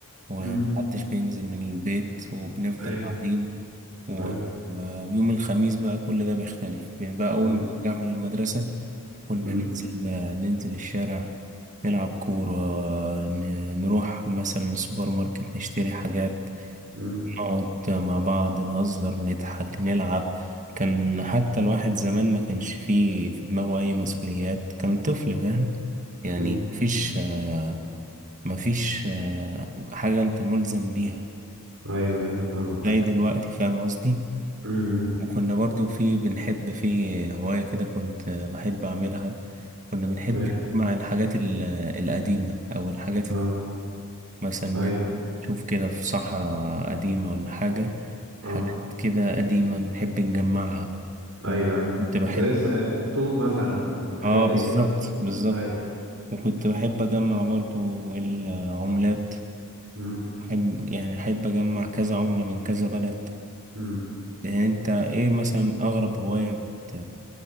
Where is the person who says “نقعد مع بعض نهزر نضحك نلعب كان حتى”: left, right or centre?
Right